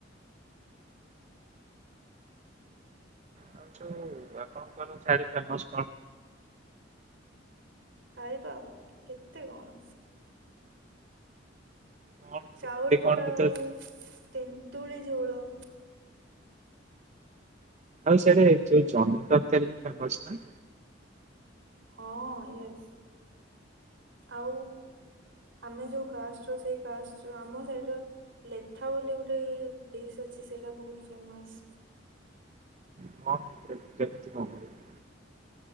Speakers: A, on the right; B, on the right.
A: ଆଉ ଯୋଉ ଆପଣ <unintelligible> ଫେମେସ୍
B: ଖାଇବା କେତେ କଣ।
A: କଣ
B: ଚାଉଳ
A: କେତେ
B: ବରା
A: କଣ ଭିତରେ
B: ହେଉ ତେନ୍ତୁଳି ଝୋଳ।
A: ଆଉ ସିଆଡ଼େ ଯୋଉ ଜହ୍ନି ତରକାରୀ ଫେମେସନା?
B: ହଁ ୟେସ୍ ଆଉ ଆମେ ଯୋଉ କାଷ୍ଟର ସେଇ କାଷ୍ଟର ଆମ ସାଇଡ଼ର ଲେଥା ବୋଲି ଗୋଟେ ଡିସ୍ ଅଛି ସେଇଟା ବୋହୁତ୍ ଫେମସ୍।
A: <unintelligible>